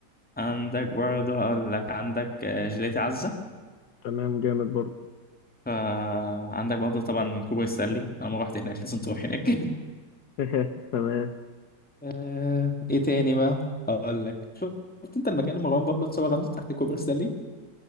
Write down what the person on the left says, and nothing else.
تمام جامد برضه
<laughs> تمام